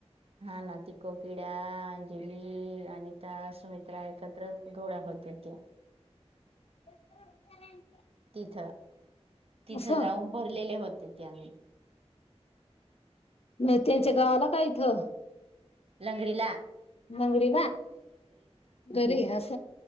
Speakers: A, on the right; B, on the left.
A: हा ना ती कोकिड्या, अंजली, अनिता, सुमित्रा एकत्र जोड्या होत्या त्या
B: <inaudible>
A: तिथ तिथं
B: असं
A: जाऊन भरलेले होते त्यांनी
B: म त्यांच्या गावाला काय इथं
A: लंगडी ला
B: लंगडी ना तरी अस